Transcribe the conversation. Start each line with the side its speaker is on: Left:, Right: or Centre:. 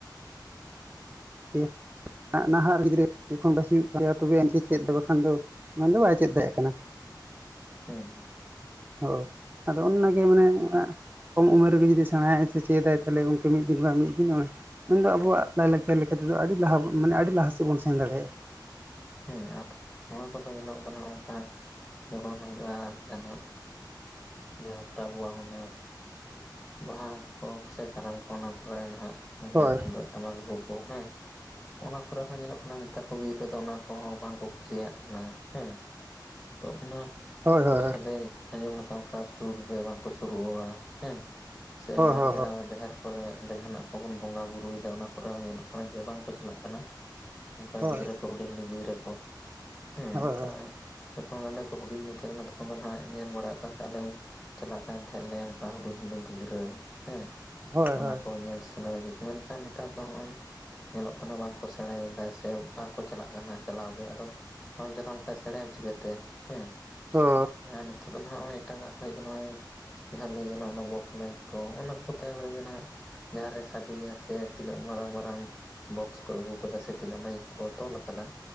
Right: <unintelligible> ᱱᱟᱦᱟᱜ ᱜᱤᱫᱽᱨᱟᱹ ᱡᱚᱠᱷᱚᱱ <unintelligible> ᱦᱩᱭᱩᱜ ᱛᱚᱵᱮ ᱮᱱ ᱪᱮᱫ ᱫᱚ ᱵᱟᱠᱷᱟᱱ ᱫᱚ ᱢᱮᱱᱫᱚ ᱵᱟᱭ ᱪᱮᱫ ᱫᱟᱲᱮᱭᱟᱜ ᱠᱟᱱᱟ
Left: ᱦᱮᱸ ᱦᱮᱸ
Right: ᱚ ᱟᱫᱚ ᱚᱱᱱᱟ ᱜᱮ ᱢᱟᱱᱮ ᱚᱱᱟ ᱠᱚᱢ ᱩᱢᱮᱨ ᱨᱮᱜᱮ ᱡᱩᱫᱤ ᱥᱮᱬᱟᱭᱟᱭ ᱥᱮ ᱪᱮᱫᱟᱭ ᱛᱟᱦᱚᱞᱮ ᱜᱚᱢᱠᱮ ᱢᱤᱫ ᱫᱤᱱ ᱵᱟᱝ ᱢᱤᱫ ᱫᱤᱱ ᱢᱮᱱᱫᱚ ᱟᱵᱚᱣᱟᱜ ᱞᱟᱭ-ᱞᱟᱠᱪᱟᱨ ᱞᱮᱠᱟ ᱛᱮᱫᱚ ᱟᱹᱰᱤ ᱞᱟᱦᱟ ᱢᱟᱱᱮ ᱟᱹᱰᱤ ᱞᱟᱦᱟ ᱥᱮᱫ ᱵᱚᱱ ᱥᱮᱱ ᱫᱟᱲᱮᱭᱟᱜ-ᱟ
Left: ᱦᱮᱸ ᱟᱨ ᱱᱚᱣᱟ ᱠᱚᱫᱚ ᱧᱮᱞᱚᱜ ᱠᱟᱱᱟ ᱚᱱᱠᱟ ᱡᱚᱠᱷᱚᱱ ᱦᱩᱭᱩᱜ-ᱟ, ᱡᱟᱦᱟᱱᱟᱜ ᱡᱟᱦᱟᱸ ᱠᱚᱨᱮ ᱟᱵᱚᱣᱟᱜ ᱚᱱᱟ ᱵᱟᱦᱟ ᱠᱚ ᱥᱮ ᱠᱟᱨᱟᱢ ᱠᱚ ᱚᱱᱟ ᱠᱚᱨᱮ ᱱᱟᱦᱟᱜ ᱚᱱᱟ
Right: ᱦᱳᱭ
Left: ᱛᱩᱢᱫᱟᱹᱜ ᱴᱟᱢᱟᱠ ᱨᱩ ᱠᱚ ᱦᱮᱸ ᱚᱱᱟ ᱠᱚᱨᱮ ᱦᱚᱸ ᱧᱮᱞᱚᱜ ᱠᱟᱱᱟ ᱱᱮᱛᱟᱨ ᱠᱚ ᱜᱤᱫᱽᱨᱟᱹ ᱫᱚ ᱚᱱᱟ ᱠᱚᱦᱚᱸ ᱵᱟᱝ ᱠᱚ ᱠᱩᱥᱤᱭᱟᱜ ᱠᱟᱱᱟ ᱦᱮᱸ ᱛᱚ ᱚᱱᱟ
Right: ᱦᱳᱭ ᱦᱳᱭ
Left: ᱠᱚ ᱥᱟᱰᱮ ᱟᱸᱡᱚᱢ ᱞᱮᱠᱷᱟᱱ ᱚᱱᱠᱟ ᱥᱩᱨ ᱜᱮ ᱵᱟᱝᱠᱚ ᱥᱩᱨᱩᱜᱼᱟ ᱦᱮᱸ ᱥᱮ ᱦᱚᱸᱜᱼᱚᱭ
Right: ᱦᱳᱭ
Left: ᱡᱟᱦᱟᱸ ᱡᱟᱦᱮᱨ ᱠᱚᱨᱮ ᱰᱮᱦᱟᱸᱱᱟᱜ ᱠᱚᱵᱚᱱ ᱵᱚᱸᱜᱟ ᱵᱩᱨᱩᱭᱮᱫᱟ ᱚᱱᱟ ᱠᱚᱨᱮ ᱦᱚᱸ ᱧᱮᱞᱚᱜ ᱠᱟᱱᱟ ᱡᱮ ᱵᱟᱝᱠᱚ ᱪᱟᱞᱟᱜ ᱠᱟᱱᱟ ᱚᱱᱠᱟ
Right: ᱦᱳᱭ
Left: ᱜᱤᱫᱽᱨᱟᱹ ᱠᱚ ᱦᱩᱰᱤᱧ ᱦᱩᱰᱤᱧ ᱜᱤᱫᱽᱨᱟᱹ ᱠᱚ, ᱦᱮᱸ
Right: ᱦᱳᱭ
Left: ᱚᱱᱠᱟ ᱡᱚᱠᱷᱚᱱ ᱟᱞᱮ ᱠᱚ ᱦᱩᱰᱤᱧ ᱞᱮ ᱛᱟᱦᱮᱸ ᱠᱟᱱᱟ ᱛᱚᱠᱷᱚᱱ ᱫᱚ ᱱᱟᱦᱟᱜ ᱧᱮᱞ ᱵᱟᱲᱮᱫ ᱠᱟᱱ ᱟᱞᱮ ᱪᱟᱞᱟᱜ ᱠᱟᱱ ᱛᱟᱦᱮᱸ ᱞᱮ ᱚᱱᱠᱟ ᱦᱩᱰᱤᱧ ᱦᱩᱰᱤᱧ ᱜᱤᱫᱽᱨᱟᱹ ᱦᱮᱸ
Right: ᱦᱳᱭ
Left: ᱚᱱᱟ
Right: ᱦᱳᱭ
Left: ᱠᱚ ᱧᱮᱞ <unintelligible> ᱢᱮᱱᱠᱷᱟᱱ ᱱᱮᱛᱟᱨ ᱫᱚ ᱦᱚᱜᱼᱚᱭ ᱧᱮᱞᱚᱜ ᱠᱟᱱᱟ ᱵᱟᱝᱠᱚ ᱥᱮᱬᱟᱭᱮᱫᱟ ᱥᱮ ᱵᱟᱝᱠᱚ ᱪᱟᱞᱟᱜ ᱠᱟᱱᱟ ᱪᱟᱞᱟᱣ ᱜᱮ ᱟᱫᱚ ᱵᱟᱢ ᱪᱟᱞᱟᱣ ᱞᱮᱱᱠᱟᱱ‌ ᱥᱮᱬᱟᱭᱟᱢ ᱪᱤᱠᱟᱹᱛᱮ ᱦᱮᱸ,
Right: ᱦᱳ
Left: ᱮᱸ ᱱᱤᱛᱚᱜ ᱫᱚ ᱱᱟᱦᱟᱜ ᱱᱚᱜ-ᱚᱭ ᱮᱴᱟᱜ ᱟᱜ ᱠᱚ ᱦᱮᱡ ᱟᱠᱟᱱᱟ ᱱᱚᱜ-ᱚᱭ ᱡᱟᱦᱟᱸ ᱞᱟᱹᱭ ᱜᱟᱱᱚᱜᱼᱟ ᱚᱱᱟ ᱵᱚᱠᱥ ᱢᱟᱭᱤᱠ ᱠᱚ ᱚᱱᱟ ᱠᱚ ᱛᱟᱭᱚᱢ ᱨᱮᱜᱮ ᱱᱟᱦᱟᱜ ᱡᱟᱦᱟᱸ ᱨᱮ ᱥᱟᱰᱮᱭᱟ ᱥᱮ ᱛᱤᱱᱟᱹᱜ ᱢᱟᱨᱟᱝ ᱢᱟᱨᱟᱝ ᱵᱚᱠᱥ ᱠᱚ ᱟᱹᱜᱩ ᱠᱟᱫᱟ ᱥᱮ ᱛᱤᱱᱟᱹᱜ ᱢᱟᱭᱤᱠ ᱠᱚ ᱛᱚᱞ ᱠᱟᱫᱟ,